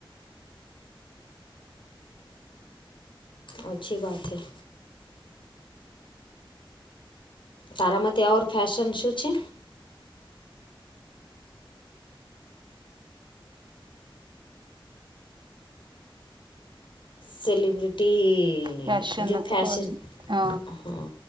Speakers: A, on the left; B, on the right.
A: અચ્છી બાત હૈ. તારામાં ત્યાં ઓર ફેશન શું છે? સેલિબ્રિટી
B: ફેશન
A: જો ફેશન
B: તો કોઈ અ
A: હા